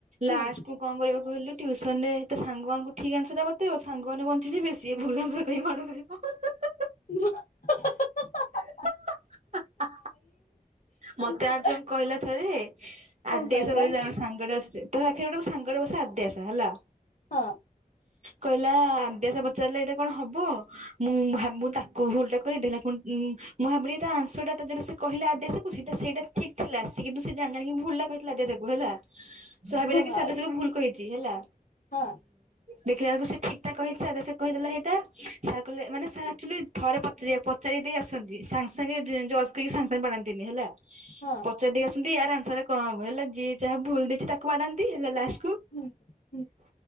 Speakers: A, on the left; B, on the right.
A: ହୁଁ
B: ଲାସ୍ଟୁକୁ କଣ କରିବ କହିଲୁ ଟ୍ୟୁସନ ରେ ତା ସାଙ୍ଗମାନଙ୍କୁ ଠିକ ଅଂଶର ବତେଇବ ସାଙ୍ଗମାନେ ବଞ୍ଚି ଯିବେ ସିଏ ଭୁଲ୍ ଅଂଶର କହିକି ମାଡ଼ଖାଇବ। <unintelligible>
A: ହ
B: ହ ମତେ
A: କଣ
B: ଅର୍ଜୁନ କହିଲା ଥରେ ଆଦ୍ୟାସା
A: କହିଲା
B: ବୋଲି <unintelligible> ସାଙ୍ଗଟେ ଆସୁଛି ତା ପାଖରେ ଗୋଟେ <unintelligible> ସାଙ୍ଗଟେ ବସେ ଆଦ୍ୟାସା ହେଲା।
A: ହଁ।
B: କହିଲା ଆଦ୍ୟାସ ପଚାରିଲା ଏଇଟା କଣ ହବ ମୁଁ ଭାବୁ ତା କୁ ଭୁଲ୍ ଟା କହିଲି ଦେଖିଲାକୁ ଉଁ ମୁଁ ଭାବିଲି ତା ଆଁସର୍ ଟା ତ ଯୋଉଟା ସେ କହିଲା ଅଦ୍ୟାସା କୁ ସେଟା ସେଇଟା ଠିକ୍ ଥିଲା ସେ କିନ୍ତୁ ସେ ଜାଣି ଜାଣିକି ଭୁଲ୍ ଟା କହିଥିଲା ଆଦ୍ୟାସାକୁ ହେଲା। ସେ ଭାବିଲା
A: ଭାଇ
B: କି ସାର୍ଧା ତାକୁ ଭୁଲ୍ କହିଛି ହେଲା।
A: ହଁ
B: ଦେଖିଲା ଳକୁ ସେ ଠିକ୍ ଟା କହିଚି ଆଦ୍ୟାସା କହିଦେଲା ହେଟା ସାର୍ କହିଲେ ମାନେ ସାର୍ ଆକ୍ଚୁଲି ଥରେ ପଚାରିବା ପଚାରି ଦେଇ ଆସନ୍ତି ସାଙ୍ଗେ ସାଙ୍ଗେ ଜଜ୍ କରିକି ସାଙ୍ଗେ ସାଙ୍ଗେ ବାଡ଼ାନ୍ତିନି ହେଲା।
A: ହଁ।
B: ପଚାରି ଦେଇ ଆସନ୍ତି ଇଆର ଆନ୍ସରରେ କଣ ହବ ହେଲା ଯିଏ ଯାହା ଭୁଲ ଦେଇଛି ତାକୁ ବାଡ଼ାନ୍ତି ହେଲା ଲାଷ୍ଟ୍
A: ହୁଁ ହୁଁ।